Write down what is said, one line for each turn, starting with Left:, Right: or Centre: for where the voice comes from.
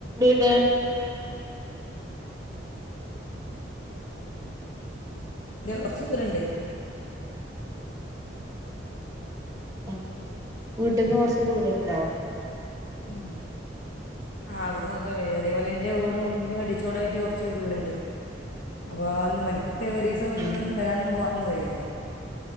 Right: ടെ
Left: ഇ കുറച്ച ദൂരണ്ട്
Right: ഏഹ് വീട്ടിന്ന് കൊറച്ച് ദൂരംണ്ടാവ
Left: ഉ ആ അവിടുന്ന് പറഞ്ഞാൽ അതേപോലെ എറെ വൂടുംറെ കടിച്ചോടമായിട്ട് കുറച്ച് ദൂരണ്ട് അപ്പോൾ അന്ന് മന ടോറിസം
Right: ഏഹ്
Left: ഒരാന്ന് പോവാൻ ന്ന് കഴയില്ല